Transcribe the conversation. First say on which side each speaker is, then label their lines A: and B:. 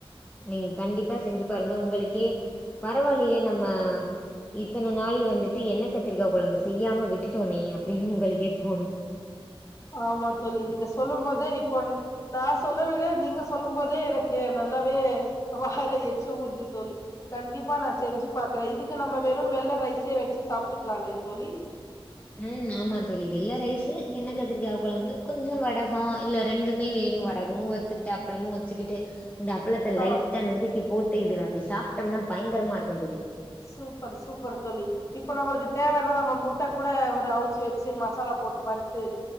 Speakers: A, on the left (about 15°); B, on the left (about 30°).
A: ம் கண்டிப்பா செஞ்சு பாருங்க உங்களுக்கே பரவாலையே நம்ம இத்தனை நாள் வந்துட்டு எண்ணெ கத்திரிக்கா கொழம்பு செய்யாம விட்டுட்டோமே அப்டின்னு உங்களுக்கே தோணு
B: ஆமா தோழி நீங்க சொல்லு போதே இப்ப வந் நான் சொல்ல விடு நீங்க சொல்லும் போதே எனக்கு நல்லாவே வாயில எச்சி ஊறுது தோழி கண்டிப்பா நான் செஞ்சு பாக்குறே இதுக்கு நம்ம வெறு வெள்ள ரைஸே வச்சு சாப்ட்டுக்கலா இல்லையா தோழி
A: ம் ஆமா தோழி வெள்ள ரைஸூ என்ன கத்திரிக்கா கொழம்பு கொஞ்சோ வடகோ இல்ல ரெண்டுமே வேணும் வடக <unintelligible> ஒத்துக்கிட்டு அப்பளமு வச்சுக்கிட்டு இந்த அப்பளத்தை
B: ஆ
A: லைட்டா நொறுக்கி போட்டு இதுல அப்டி சாப்ட்டோம்னா பயங்கரமா இருக்கு தோழி
B: சூப்பர் சூப்பர் தோழி இப்ப நம்மளுக்கு தேவைன்னா நம்ம முட்ட கூட ஒரு அவிச்சு வச்சு மசாலா போட்டு வறுத்து